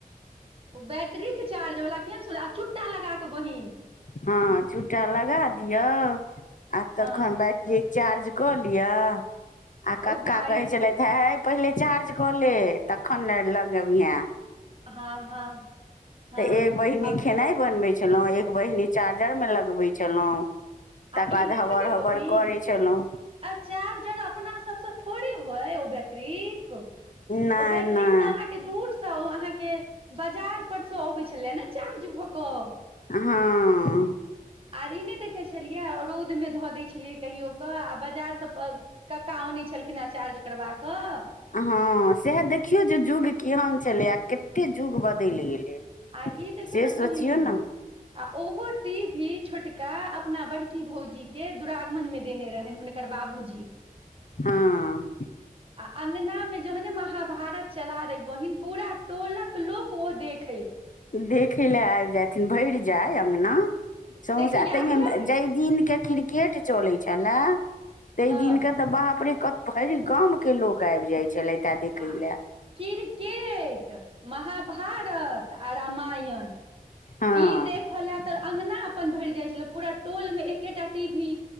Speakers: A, on the right; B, on the left.
A: ओ बैटरीक के चार्ज वला केहन सुन चुट्टा लगा कऽ बहिन
B: हँ चुटा लगा दियौ आ
A: हँ
B: तखन बैटरिक चार्ज कऽ लिअ आ कक्का
A: ओ भाय
B: कहैत छलथि हे पहिले चार्ज कऽ ले तखन ने लगेबिहें
A: हँ हँ हँ
B: तऽ एक बहिनी
A: आ
B: खेनाइ बनबै छलहुँ, एक बहिनी चार्जरमे लगबै छलहुँ तकर
A: आ
B: बाद
A: ई देखली
B: हबड़-हबड़
A: बहिन
B: करै छलहुँ
A: आ चार्जर अपना सबसँ थोड़े हइ ओ बैटरीक ओ
B: नहि
A: बैटरिक
B: नहि
A: तऽ अहाँके के दूरसे अहाँके बाजार पर से अबै छलै ने चार्ज भऽ कऽ
B: हँ
A: आर ई नहि देखै छलियै रौदमे धऽ दै छलियै कहियो कऽ आ बाजारसँ कक्का आनैत छलखिन चार्ज करबा कऽ
B: हँ सएह देखियौ जे जुग केहन छलै आ कते जुग बदलि गेलै
A: आर ई देखियौ
B: से
A: ने
B: सोचियौ
A: बहिन
B: ने
A: आ ओहो टीभी छोटका अपना बड़की भौजीके दुरागमनमे देने रहनि हुनक कर बाबूजी
B: हँ
A: आ अंगनामे जहने महाभारत चला दै बहिन पूरा टोलक लोक ओ देखै
B: देखै लए आबि जायथिन भरि जाय अँगना सौंसे,
A: देखी याद
B: ताहिमे
A: ये
B: जाहि दिनके क्रिकेट चलै छलए ताहि
A: हँ
B: दिनके तऽ बाप रे भरि गामके लोग आबि जाय छलै तऽ देखै
A: आ
B: लए
A: क्रिकेट, महाभारत आ रामायण
B: हँ
A: ई देखऽ लेल तऽ अंगना अपन भरि जाइ छलै पूरा टोलमे एकेटा टीभी